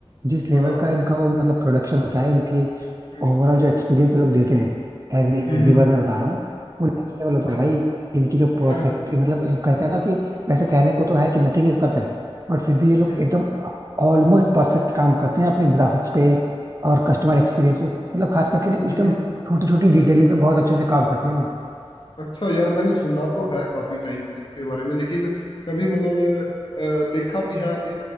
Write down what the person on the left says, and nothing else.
हाँ
हम्म,
हम्म, हम्म,
हम्म,
हम्म,
हम्म।
आह,
यार
हम्म
हम्म,
हम्म।
अच्छा यार मैंने सुना तो है काफी टाइम इसके बारे में लेकिन कभी मतलब अ, देखा भी है अभी